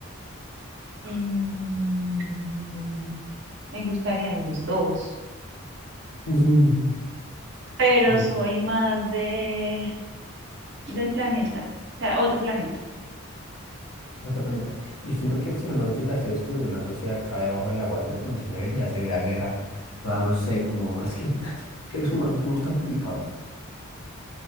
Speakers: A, on the right; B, on the left.
A: Mm, me gustarían los dos,
B: <laughs>
A: pero
B: Yo-
A: soy más de del planeta, o sea, otro planeta.
B: otro planeta. Yo siento que si uno llegase a descubrir una sociedad acá debajo del agua, de pronto se vería severa guerra. Toda no sé, como es que, <laughs> es que los humanos somos tan complicados.